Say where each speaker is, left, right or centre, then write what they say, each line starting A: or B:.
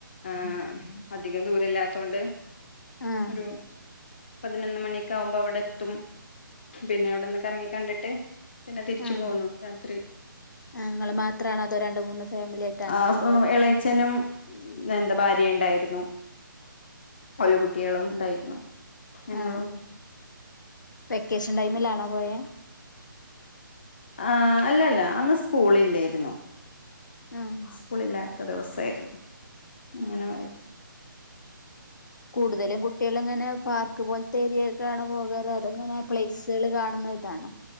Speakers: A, on the left (about 30°); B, on the left (about 60°).
A: ആ അ- അധികം ദൂരല്ലാത്തോണ്ട്
B: ആഹ് ആഹ്
A: ഒരു പതിനൊന്ന് മണിയക്കെ ആകുമ്പോ അവിടെ എത്തും പിന്നെ അവിടെന്ന് കറങ്ങി കണ്ടിട്ട് പിന്നെ തിരിച്ചു
B: ആഹ്
A: പോന്നു രാത്രി
B: ഇങ്ങള് മാത്രാണോ അതോ രണ്ട് മൂന്ന് ഫാമിലി ആയിട്ട് അങ്ങനെയാണോ
A: ആ
B: പോയെ
A: ഇളയച്ചനും എന്താ ഭാര്യ ഉണ്ടായിരുന്നു ഓല കുട്ടികളും ഉണ്ടായിരുന്നു ഞങ്ങളും
B: ആ വെക്കേഷൻ ടൈമിലാണോ പോയേ
A: ആ് അല്ല അല്ല അന്ന് സ്കൂള് ഇല്ലായിരുന്നു
B: ആഹ്
A: സ്കൂളില്ലാത്ത ദിവസമായിരുന്നു അങ്ങനെ
B: ആഹ്
A: പോയേച്ച
B: കൂടുതലും കുട്ടികൾ ഇങ്ങനെ പാർക്ക് പോലത്തെ ഏരിയയ്ക്കാണ് പോകാറ് അത് അതെങ്ങനെ പ്ലേസുകൾ കാണുന്ന ഇതാണ്